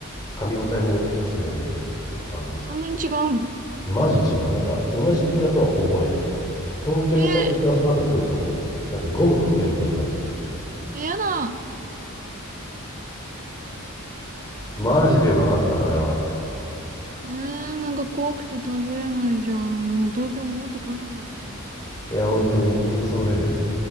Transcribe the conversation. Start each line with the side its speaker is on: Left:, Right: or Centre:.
Left: 噛み応えも美味しいんだけど食感が
Right: そんなに違うの
Left: マジ違うなんか同じイカとは思えない東京にいたイカをその後食うとなんかゴム食ってるみたいに感じる
Right: えー、え、やだ。
Left: マジでうまかったなあれは
Right: えー、なんか怖くて食べれないじゃん。もう東京戻ってこれなくなっちゃう。
Left: いや本当に本当そのレベル